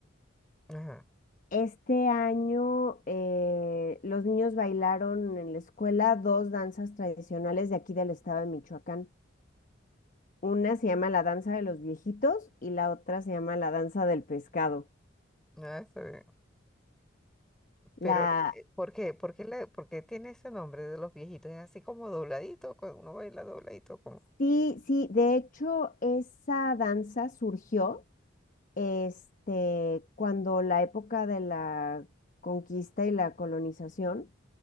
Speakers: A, in the centre; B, on the left (about 40°).
A: ajá,
B: este año eh, los niños bailaron en la escuela dos danzas tradicionales de aquí del estado de Michoacán. Una se llama la danza de los viejitos y la otra se llama la danza del pescado.
A: ah, está bien.
B: La,
A: Pero, eh, ¿por qué? ¿Por qué, le- por qué tiene ese nombre de los viejitos? Es así como dobladito, cuando uno baila dobladito, como.
B: Sí, sí, de hecho esa danza surgió este, cuando la época de la conquista y la colonización,